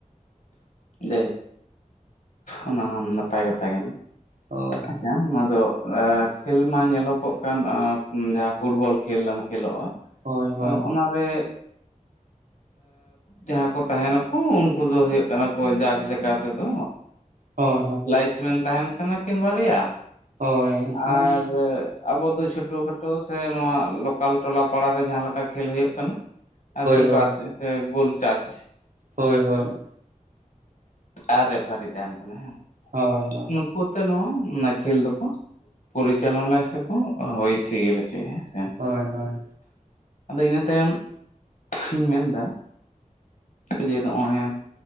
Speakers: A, on the left (about 70°); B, on the right (about 80°).
A: ᱡᱟᱭᱡᱳᱠ ᱚᱱᱟ ᱱᱟᱯᱟᱭ ᱠᱟᱛᱷᱟ ᱜᱮ
B: ᱦᱳᱭ
A: ᱟᱪᱸᱪᱷᱟ ᱚᱱᱟ ᱫᱚ ᱠᱷᱮᱞ ᱢᱟ ᱧᱮᱞᱚᱜᱚᱜ ᱠᱟᱱ ᱡᱟᱦᱟᱸ ᱯᱷᱩᱴᱵᱚᱞ ᱠᱷᱮᱞ ᱮᱢ ᱠᱷᱮᱞᱚᱜᱼᱟ
B: ᱦᱳᱭ ᱦᱳᱭ
A: ᱟᱸ ᱚᱱᱟ ᱮ ᱡᱟᱦᱟᱸ ᱠᱚ ᱛᱟᱦᱮᱱᱟᱠᱚ ᱩᱱᱠᱩ ᱫᱚ ᱦᱩᱭᱩᱜ ᱠᱟᱱᱟ ᱠᱚ ᱡᱟᱡᱽ ᱞᱮᱠᱟ ᱛᱮᱫᱚ
B: ᱦᱳᱭ
A: ᱞᱟᱭᱤᱥᱢᱮᱱ ᱛᱟᱦᱮᱱ ᱠᱟᱱᱟ ᱠᱤᱱ ᱵᱟᱨᱭᱟ,
B: ᱦᱳᱭ ᱦᱳᱭ
A: ᱟᱨ ᱟᱵᱚ ᱫᱚ ᱪᱷᱳᱴᱳ ᱠᱷᱟᱴᱳ ᱥᱮ ᱱᱚᱣᱟ ᱞᱚᱠᱟᱞ ᱴᱚᱞᱟ ᱯᱟᱲᱟ ᱨᱮ ᱡᱟᱦᱟᱸ ᱞᱮᱠᱟ ᱠᱷᱮᱞ ᱦᱩᱭᱩᱜ ᱠᱟᱱᱟ ᱟᱨ ᱠᱤᱯᱟᱨ
B: ᱦᱳᱭ
A: ᱥᱮ ᱜᱳᱞ ᱪᱟᱨᱪ
B: ᱦᱳᱭ ᱦᱳᱭ
A: ᱟᱨᱮ ᱯᱷᱟᱨᱤ ᱛᱟᱦᱮᱱ ᱠᱟᱱᱟ ᱦᱮᱸ
B: ᱦᱳᱭ ᱦᱳᱭ
A: ᱱᱩᱠᱩ ᱟᱛᱮ ᱱᱚᱣᱟ ᱚᱱᱟ ᱠᱷᱮᱞ ᱫᱚᱠᱚ ᱯᱚᱨᱤᱪᱟᱞᱚᱱᱟ ᱥᱮᱠᱚ ᱦᱩᱭ ᱥᱤᱜᱤᱞ ᱪᱮ ᱦᱮᱸ ᱥᱮ
B: ᱦᱳᱭ ᱦᱳᱭ ᱦᱳᱭ
A: ᱟᱫᱚ ᱤᱱᱟᱹ ᱛᱟᱭᱚᱢ ᱤᱧ ᱢᱮᱱᱫᱟ ᱡᱮ ᱱᱚᱜᱼᱚᱭ